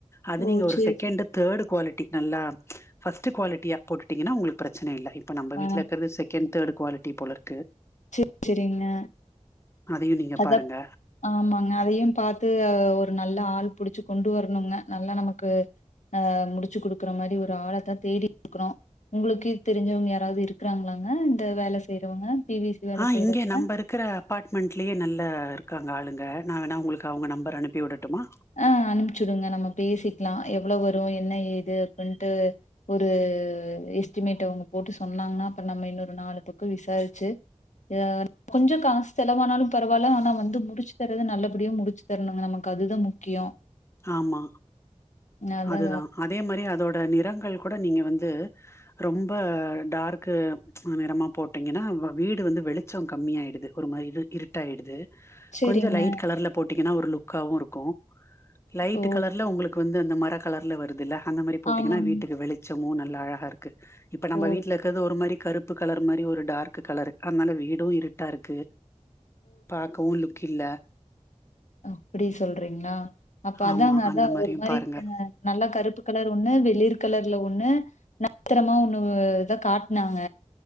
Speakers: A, on the left; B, on the left.
A: அது
B: ஓ
A: நீங்க ஒரு
B: சேரி
A: செகண்டு
B: சேரி
A: தேடு க்வாலிட்டி நல்லா ஃபஸ்ட்டு க்வாலிட்டியா போட்டுட்டீங்கன்னா உங்களுக்கு ப்ரெச்சன இல்ல இப் இப்ப நம்ப
B: ஆ
A: வீட்ல இருக்கற்து செகண்ட் தேடு க்வாலிட்டி போலருக்கு
B: செ செரிங்க
A: அதையு நீங்க
B: அத
A: பாருங்க
B: ஆமாங்க அதையு பாத்து அ ஒரு நல்ல ஆள் புடிச்சு கொண்டு வரணுங்க நல்லா நமக்கு ஆ முடிச்சு குடுக்குற மாரி ஒரு ஆளத்தா தேடி க்குறோ உங்களுக்கு தெரிஞ்சவங்க யாராவ்து இருக்றாங்ளாங்க இந்த வேல செய்றவங்க பி வி சி வேல
A: ஆ
B: செய்றவங்க
A: இங்க நம்பருக்கிற அப்பாட்மெண்ட்லயே நல்ல இருக்காங்க ஆளுங்க நா வேணா உங்களுக்கு அவுங்க நம்பர் அனுப்பி விடட்டுமா
B: அ அனுப்ச்சுடுங்க நம்ம பேசிக்கலா எவ்வளோ வரு என்ன ஏது அப்பன்ட்டு ஒரு எஸ்டிமேட்டு அவுங்க போட்டு சொன்னாங்ன்னா அப்பற் நம்ம இன்னொரு நாலு பக்கோ விசாரிச்சு ஆ கொஞ்சோ காசு செலவானாலு பரவால்ல ஆனா வந்து முடிச்சு தர்றது நல்ல எப்புடியே முடிச்சு தரணுங்க நமக்கு அதுதா முக்கியோ
A: ஆமா
B: அதா
A: அதுதா அதே மாரி அதோட நிறங்கள் கூட நீங்க வந்து ரொம்ப டார்க்கு நிறமா போட்டடிங்கினா வ வீடு வந்து வெளி ச்சோ கம்மியாயிடுது ஒரு மாரி இரு இருட்டாயிடுது
B: சேரிங்க
A: கொஞ்சொ லைட் கலர்ல போட்டிங்கனா ஒரு லுக்காவு இருக்கு லைட்டு
B: ஓ
A: கலர்ல உங்களுக்கு வந்து அந்த மர கலர்ல வருதுல அந்த மாரி போட்டிங்கனா
B: ஆமாங்க
A: வீட்டுக்கு வெளி ச்சமு நல்லா அழகாருக்கு இப்ப நம்ப
B: ஓ
A: வீட்லக் கற்து ஒரு மாரி கருப்பு கலரு மாரி ஒரு டார்க்கு கலரு அத்னால வீடூ இருட்டாருக்கு பாக்கவு லுக்கில்ல
B: அப்படி சொல்றிங்ளா அப்போ அதாங்க
A: ஆமா
B: அதா
A: அந்த மாரியு
B: ஒரு மாரி
A: பாருங்க
B: அ நல்லா கருப்பு கலர் ஒண்ணு வெளிர் கலர்ல ஒண்ணு நடுத்ரமா ஒண்ணுவ் இதா காட்னாங்க